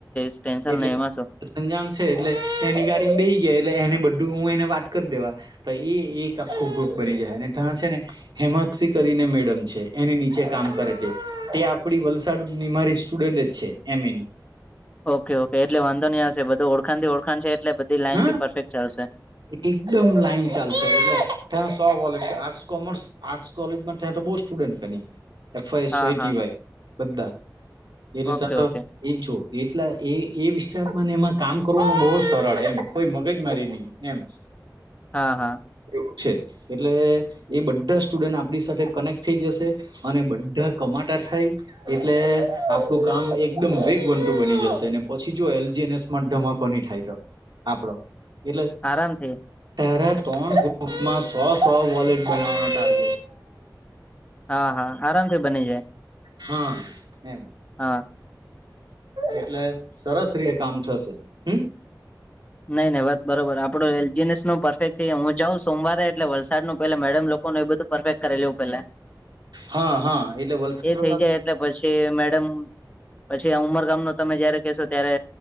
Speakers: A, on the left; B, on the right.
A: ટેન્સન
B: એટલે
A: એમાં શું.
B: સંજાણ છે એટલે એની ગાડી બેસી ગયા એટલે એને બધું હું એને વાત કરી દેવા. તો એ એક આખું ગ્રુપ બની જાય અને ત્યાં છે ને, હેમાક્ષી કરીને મેડમ છે એની નીચે કામ કરે છે તે આપડી વલસાડ નિમારી, સ્ટુડન્ટ છે એમ. એ ના,
A: ઓકે એટલે વાંધો નહી હશે બધું ઓળખણ થી ઓળખણ છે એટલે, બધી લાઈન
B: હા.
A: બી પરફેક્ટ ચાલશે
B: એકદમ લાઈન ચાલશે એટલે ત્યાં કઈશ આર્ટસ, કોમર્સ. આર્ટસ કોલેજમાં ત્યાં તો બહુ સ્ટુડન્ટની, એફવાય,
A: હા
B: ટીવાય
A: હા
B: બધા એટલે
A: ઓકે
B: ત્યાં તો,
A: ઓકે
B: એ જો એટલા એ વિસ્તારમાંને એમાં કામ કરવાનું બહુ સરળ એમ, કોઈ મગજ મારી નહી એમ.
A: હા.
B: એવું છે એટલે એ બધા સ્ટુડન્ટ આપણી સાથે કનેક્ટ થઈ જશે. અને બધા કમાતા થાય, એટલે આપણું કામ એકદમ વિગટુ બની જશે અને પછી જો એલજી, ધમાકો નહી થાય તો આપડો એટલે,
A: આરામથી
B: તારા ત્રણ ગ્રુપમાં સો સો વોલેટ બનાવવા.
A: હા આરામથી બની જાય.
B: હા એમ,
A: હા.
B: એટલે સરસ રીતે કામ થશે હમ.
A: નહી વાત બરોબર આપડું એલજીનેસ નું પરફેક્ટ થઈ હું જાઉં સોમવારે એટલે વલસાડ નું પેલા મેડમ લોકોનું એ બધું, પરફેક્ટ કરી લેવું પેલા
B: હા હા એટલે વલસાડ
A: એ થઈ
B: વાળું
A: જાય એટલે પછી મેડમ, પછી ઉંમરગામ ન તમે જયારે કહેશો ત્યારે